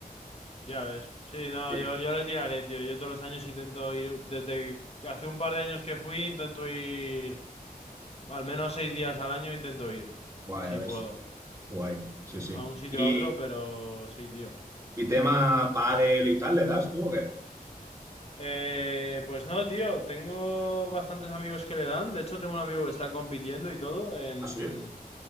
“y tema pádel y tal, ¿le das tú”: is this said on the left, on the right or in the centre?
Right